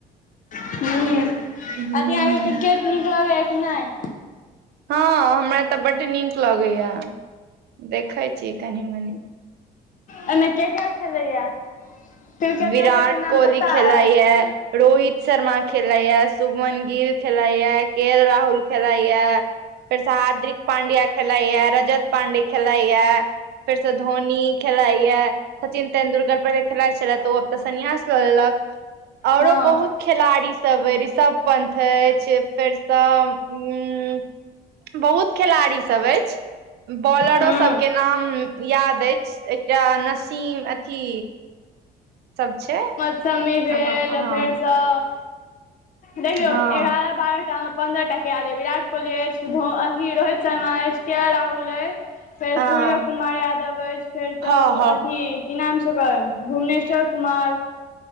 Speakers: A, on the left; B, on the right.
A: ह
B: हूँ
A: अथी अहाँके क्रिकेट नीक लगैया कि नय।
B: हँ हमरा तऽ बड्ड नीक लगैया देखै छी कनी -मनी।
A: अईमे के के खेलैया। क्रिकेटर
B: विराट
A: सबके नाम
B: कोहली
A: पता
B: खेलाईया
A: अछि
B: रोहित शर्मा खेलाईया सुभमन गिर। खेलाईया के राहुल खेलाईया। फेर स हाद्रिक पांड्या खेलाइया रजत पांडय खेलाइया। फेर स धोनी खेलाइया सचिन। तेंदुरकर पहिले खेलाइ छले तऽ ओब तऽ सन्यास लऽ लेलक, औरो
A: हँ
B: बहुत। खेलाड़ी सब अई ऋषभ पंथ अईछ फेर सब उ। बहुत खेलाड़ी सब अईछ बॉलरो
A: हँ
B: सबके। नाम याद अईछ एकटा नसीम अथी। सब छै।
A: समी भेल
B: अहाँ अहाँ
A: फेर सँ, देखियौ
B: हँ
A: एगारह बारह टा मे। पन्द्रटा किया देबे विराट कोहली अईछ ध अथी रोहित शर्मा अईछ केएल राहुल अई। फेर
B: हँ
A: सूर्य कुमार यादव अईछ फेर सँ
B: हँ
A: अथी। की नाम छए ओकर भुवनेश्वर कुमार।